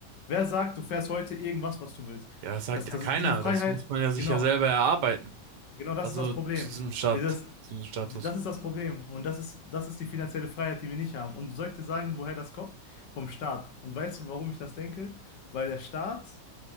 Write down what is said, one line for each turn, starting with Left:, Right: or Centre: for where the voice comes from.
Left: Wer sagt, du fährst heute irgendwas, was du willst?
Right: Ja, das sagt
Left: Das, das
Right: ja keiner.
Left: ist diese Freiheit,
Right: Das muss man ja sich
Left: genau,
Right: ja selber erarbeiten.
Left: genau das
Right: Also
Left: ist das Problem.
Right: zu diesem Stat,
Left: Dieses,
Right: zu diesem Status.
Left: das ist das Problem und das ist, das ist die finanzielle Freiheit, die wir nicht haben. Und soll ich dir sagen, woher das kommt? Vom Staat. Und weißt du, warum ich das denke? Weil der Staat